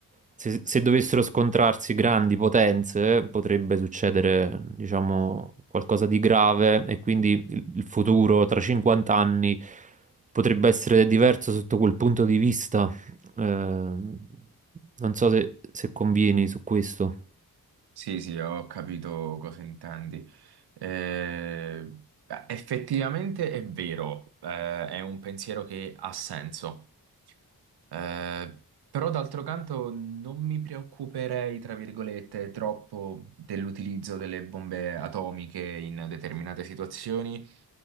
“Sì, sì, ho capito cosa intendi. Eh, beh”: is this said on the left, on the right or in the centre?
Right